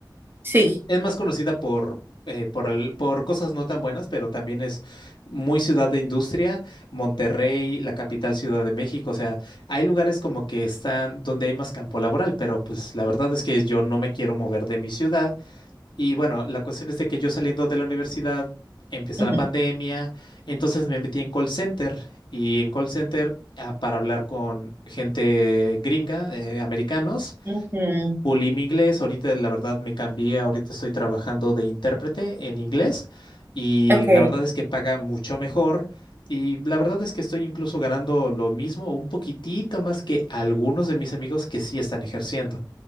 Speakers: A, on the right; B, on the left.
A: sí.
B: es más conocida por, eh, por, el- por cosas no tan buenas, pero también es muy ciudad de industria, Monterrey, la capital Ciudad de México, o sea, hay lugares como que están donde hay más campo laboral, pero pues la verdad es que yo no me quiero mover de mi ciudad. Y bueno, la cuestión es de que yo saliendo de la universidad empieza
A: Ujú,
B: la pandemia, entonces me metí en call center y en call center ah, para hablar con gente gringa, eh, americanos
A: ujú.
B: pulí mi inglés, ahorita la verdad me cambié, ahorita estoy trabajando de intérprete en inglés y
A: Ok.
B: la verdad es que paga mucho mejor y la verdad es que estoy incluso ganando lo mismo, o un poquitito más que algunos de mis amigos que sí están ejerciendo.